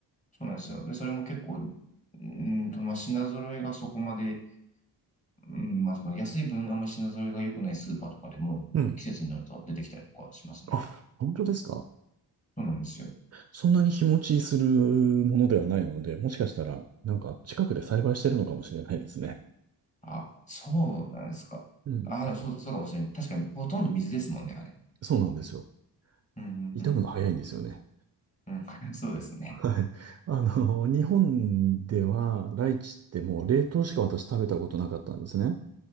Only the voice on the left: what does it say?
そうなんですよ。で、それも結構、うーんと、まあ、品揃えがそこまで、うん、まあ、その安い分、あんまり品揃えが良くないスーパーとかでも、
季節になると出てきたりとかしますね。
そうなんですよ。
あ、そうなんですか。
あ、でもそう、そうかもしれない。確かに、ほとんど水ですもんね、あれ。
うん、うん、
うん。うん、<laughs> そうですね。